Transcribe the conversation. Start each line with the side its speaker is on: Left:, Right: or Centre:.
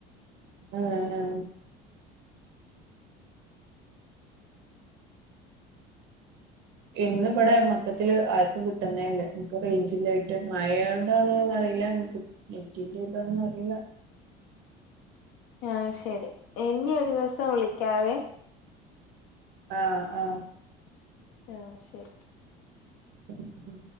Right: ആഹ് ഇന്ന് ഇവിടെ മൊത്തത്തില്ൽ ആർക്കും കിട്ടുന്നേല്ലേ നമുക്ക് റേഞ്ചില്ലായിട്ട് മായ കൊണ്ടാണ് അറിയി നെറ്റിന്റെ ഇതാന്നും അറിയില്ല
Left: ആഹ് ശരി ഇനി ഒരു ഒരു ദിവസം വിളിക്കാവെ
Right: ആഹ് ആഹ്
Left: ആഹ് ശരി
Right: ഉ ഉ